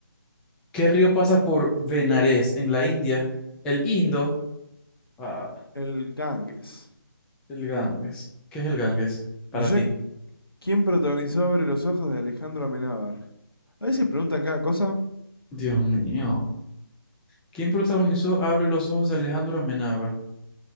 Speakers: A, in the centre; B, on the left (about 85°).
A: ¿Qué río pasa por Benares en la India? El Indo. Ah,
B: El Ganges.
A: el Ganges. ¿Qué es el Ganges para
B: No sé.
A: ti?
B: ¿Quién protagonizó Abre los Ojos de Alejandro Amenábar? A veces preguntan cada cosa
A: Dios mío. ¿Quién protagonizó Abre los ojos de Alejandro Amenábar?